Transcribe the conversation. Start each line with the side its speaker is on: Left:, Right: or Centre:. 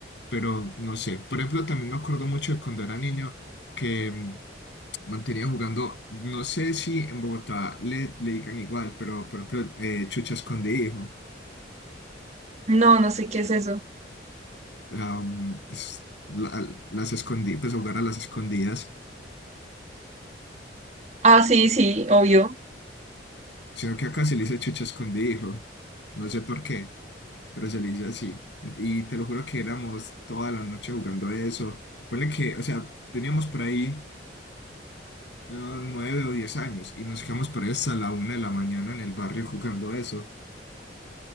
Left: pero no sé. Por ejemplo, también me acuerdo mucho de cuando era niño que mm, mantenía jugando, no sé si en Bogotá le, le digan igual, pero por ejemplo, eh, chucha escondí, hijo.
Right: No, no sé qué es eso.
Left: Am, es- la- las escondí, pues jugar a las escondidas
Right: Ah, sí, sí, obvio.
Left: Sino que acá se le dice chucho escondido. No sé por qué, pero se le dice así. Y te lo juro que éramos toda la noche jugando eso. Ponle que, o sea, teníamos por ahí eh, nueve o diez años y nos quedamos por ahí hasta la una de la mañana en el barrio jugando eso.